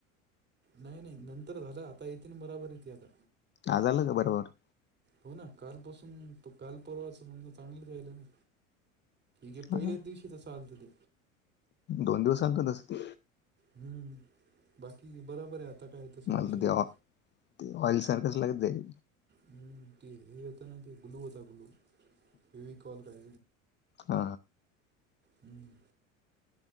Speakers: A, on the right; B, on the left.
A: नाही नाही नंतर झालं आता येते ना बराबर येते आता
B: आ झालं का बरोबर.
A: हो ना काल पासून काल परवाच समजा चांगलंचल ना. हे पहिल्याच
B: हा
A: दिवशी तसां अत ते
B: दोन दिवस आणतोते
A: हम्म बाकी बरोबर आहे आता काय तसा विषय
B: मला
A: नाही
B: ते ते ऑइल सारखंच लागत जाईल
A: हम्म ते हे होता ना ते गुलू होता गुलू तेवी कॉल करय
B: हा
A: हम्